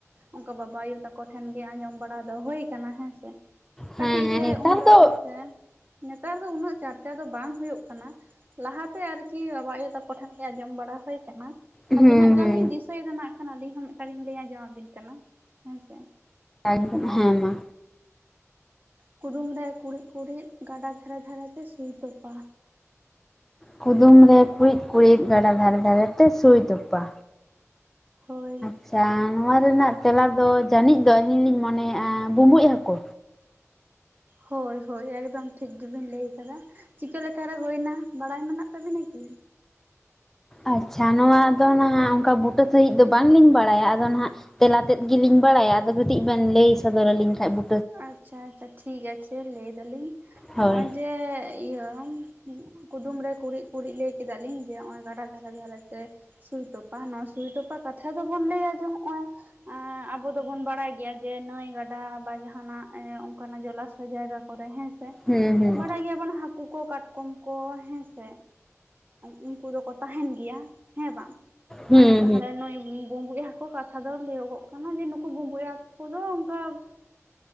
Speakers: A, on the right; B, in the centre.
A: ᱚᱱᱠᱟ ᱵᱟᱵᱟ ᱟᱭᱳ ᱛᱟᱠᱚ ᱴᱷᱮᱱ ᱜᱮ ᱟᱸᱡᱚᱢ ᱵᱟᱲᱟ ᱫᱚ ᱦᱳᱭ ᱠᱟᱱᱟ ᱦᱮᱸᱥᱮ ᱠᱟᱹᱴᱤᱡ
B: ᱦᱮᱸ
A: ᱨᱮ
B: ᱱᱮᱛᱟᱨ
A: ᱩᱱᱫᱚ
B: ᱫᱚ
A: ᱦᱮᱸᱥᱮ ᱱᱮᱛᱟᱨ ᱫᱚ ᱩᱱᱟᱹᱜ ᱪᱟᱨᱪ ᱪᱤᱠᱟ ᱫᱚ ᱵᱟᱝ ᱦᱳᱭᱳᱜ ᱠᱟᱱᱟ ᱞᱟᱦᱟᱛᱮ ᱟᱨᱠᱤ ᱵᱟᱵᱟ ᱟᱭᱳ ᱛᱟᱠᱚ ᱴᱷᱮᱱ ᱜᱮ ᱟᱸᱡᱚᱢ ᱵᱟᱲᱟ ᱦᱳᱭ ᱠᱟᱱᱟ
B: ᱦᱩᱸ
A: ᱟᱨ ᱛᱤᱱᱟᱹᱜ ᱜᱟᱱ
B: ᱦᱩᱸ
A: ᱞᱤᱧ ᱫᱤᱥᱟᱹᱭᱮᱫᱟ ᱱᱟᱜ ᱠᱷᱟᱱ ᱟᱹᱞᱤᱧ ᱦᱚᱸ ᱢᱤᱫᱴᱟᱝ ᱞᱤᱧ ᱞᱟᱹᱭ ᱟᱸᱡᱚᱢ ᱟᱵᱤᱱ ᱠᱟᱱᱟ ᱦᱮᱸᱥᱮ
B: ᱮᱠᱫᱚᱢ ᱦᱮᱸ ᱢᱟ
A: ᱠᱩᱫᱩᱢ ᱨᱮ ᱠᱩᱬᱤᱫ ᱠᱩᱬᱤᱫ ᱜᱟᱰᱟ ᱫᱷᱟᱨᱮ ᱫᱷᱟᱨᱮ ᱛᱮ ᱥᱩᱭ ᱛᱚᱯᱟ
B: ᱠᱩᱫᱩᱢ ᱨᱮ ᱠᱩᱬᱤᱫ ᱠᱩᱬᱤᱫ ᱜᱟᱰᱟ ᱫᱷᱟᱨᱮ ᱫᱷᱟᱨᱮ ᱛᱮ ᱥᱩᱭ ᱛᱚᱯᱟ
A: ᱦᱳᱭ
B: ᱟᱪᱪᱷᱟ ᱱᱚᱣᱟ ᱨᱮᱱᱟᱜ ᱛᱮᱞᱟ ᱫᱚ ᱡᱟᱹᱱᱤᱡ ᱫᱚ ᱟᱹᱞᱤᱧ ᱞᱤᱧ ᱢᱚᱱᱮᱮᱫᱼᱟ ᱵᱩᱸᱵᱩᱡ ᱦᱟᱹᱠᱩ
A: ᱦᱳᱭ ᱦᱳᱭ ᱮᱠᱫᱚᱢ ᱴᱷᱤᱠ ᱜᱮᱵᱤᱱ ᱞᱟᱹᱭ ᱟᱠᱟᱫᱟ ᱪᱤᱠᱟᱹᱞᱮᱠᱟ ᱨᱮ ᱦᱳᱭᱮᱱᱟ ᱵᱟᱲᱟᱭ ᱢᱮᱱᱟᱜ ᱛᱟᱵᱤᱱᱟ ᱠᱤ
B: ᱟᱪᱪᱷᱟ ᱱᱚᱣᱟ ᱫᱚ ᱱᱟᱦᱟᱸᱜ ᱚᱱᱠᱟ ᱵᱩᱴᱟᱹ ᱥᱟᱺᱦᱤᱡ ᱫᱚ ᱵᱟᱝᱞᱤᱧ ᱵᱟᱲᱟᱭᱟ ᱟᱫᱚ ᱱᱟᱦᱟᱸᱜ ᱛᱮᱞᱟ ᱛᱮᱫ ᱜᱮᱞᱤᱧ ᱵᱟᱲᱟᱭᱟ ᱟᱫᱚ ᱠᱟᱹᱴᱤᱡ ᱵᱮᱱ ᱞᱟᱹᱭ ᱥᱚᱫᱚᱨ ᱟᱹᱞᱤᱧ ᱠᱷᱟᱡ ᱵᱩ
A: ᱟᱪᱪᱷᱟ ᱟᱪᱪᱷᱟ ᱴᱷᱤᱠ ᱟᱪᱷᱮ ᱞᱟᱹᱭᱫᱟᱞᱤᱧ
B: ᱦᱳᱭ
A: ᱦᱚᱜᱼᱚᱭ ᱡᱮ ᱤᱭᱟᱹ ᱠᱩᱫᱩᱢ ᱨᱮ ᱠᱩᱲᱤᱫ ᱠᱩᱲᱤᱫ ᱞᱟᱹᱭ ᱠᱮᱫᱟ ᱞᱤᱧ ᱡᱮ ᱱᱚᱜᱼᱚᱭ ᱜᱟᱰᱟ ᱫᱷᱟᱨᱮ ᱫᱷᱟᱨᱮ ᱛᱮ ᱥᱩᱭ ᱛᱚᱯᱟ ᱱᱚᱣᱟ ᱥᱩᱭ ᱛᱚᱯᱟ ᱠᱟᱛᱷᱟ ᱫᱚᱵᱚᱱ ᱞᱟᱹᱭᱟ ᱡᱮ ᱱᱚᱜᱼᱚᱭ ᱟᱵᱚ ᱫᱚᱵᱚᱱ ᱵᱟᱲᱟᱭ ᱜᱮᱭᱟ ᱡᱮ ᱱᱟᱹᱭ ᱜᱟᱰᱟ ᱵᱟ ᱡᱟᱸᱦᱟ ᱡᱟᱦᱟᱱᱟᱜ ᱚᱱᱠᱟᱱᱟᱜ ᱡᱚᱞᱟᱥᱚᱭ ᱡᱟᱭᱜᱟ ᱠᱚᱨᱮ ᱦᱮᱸᱥᱮ
B: ᱦᱩᱸ ᱦᱩᱸ
A: ᱵᱟᱰᱟᱭ ᱜᱮᱭᱟᱵᱚᱱ ᱠᱩᱠᱚ ᱠᱟᱴᱠᱚᱢ ᱠᱚ ᱦᱮᱸ ᱥᱮ ᱩᱱᱠᱩ ᱫᱚᱠᱚ ᱛᱟᱦᱮᱱ ᱜᱮᱭᱟ ᱦᱮᱸ ᱵᱟᱝ
B: ᱦᱩᱸ
A: ᱛᱟᱦᱮᱞᱮ ᱱᱩᱭ ᱵᱩᱸᱵᱩᱡ ᱦᱟᱠ ᱠᱚ ᱠᱟᱛᱷᱟ ᱫᱚ ᱞᱟᱹᱭᱟᱹᱜᱚᱜ ᱠᱟᱱᱟ ᱡᱮ ᱱᱩᱠᱩ ᱵᱩᱵᱩᱡ ᱦᱟᱹᱠᱩ ᱫᱚ ᱚᱱᱠᱟ